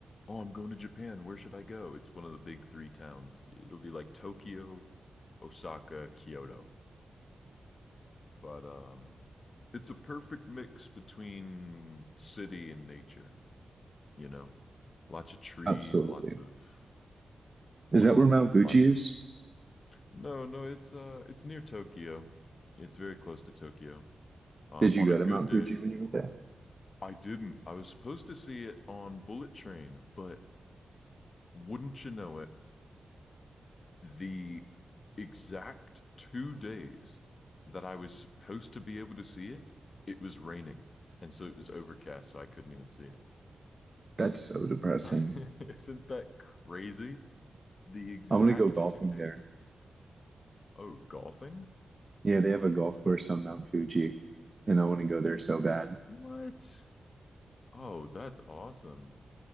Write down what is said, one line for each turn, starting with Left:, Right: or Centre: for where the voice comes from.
Left: oh, I'm going to Japan. Where should I go? It's one of the big three towns. It'll be like Tokyo, Osaka, Kyoto. But um, it's a perfect mix between city and nature, you know? Lots of trees,
Right: Absolutely.
Left: lots of
Right: Is
Left: lots
Right: that where
Left: of
Right: Mount Fuji
Left: life.
Right: is?
Left: No, no, it's uh it's near Tokyo. It's very close to Tokyo. Um,
Right: Did you
Left: on
Right: go
Left: a
Right: to
Left: good
Right: Mount
Left: day,
Right: Fuji when you went there?
Left: I didn't. I was supposed to see it on Bullet Train, but wouldn't you know it, the exact two days that I was supposed to be able to see it, it was raining. And so it was overcast, so I couldn't even see it.
Right: That's so depressing.
Left: <laughs> Isn't that crazy? The exact
Right: I want to go golfing
Left: two days.
Right: there.
Left: Oh, golfing?
Right: Yeah, they have a golf course on Mount Fuji, and I want to go there so bad.
Left: What? Oh, that's awesome.